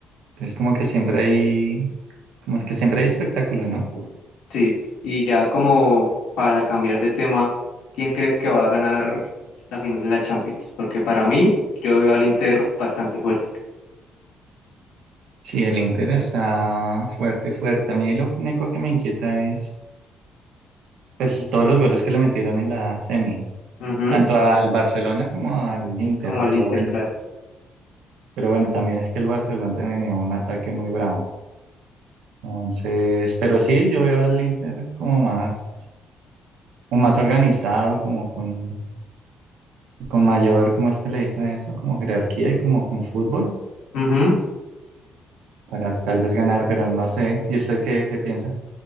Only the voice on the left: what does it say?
Sí, y ya como para cambiar de tema, ¿quién crees que va a ganar la final de la Champions? Porque para mí, yo veo al Inter bastante fuerte.
Ujú,
Como al
Inter,
claro.
Ujú.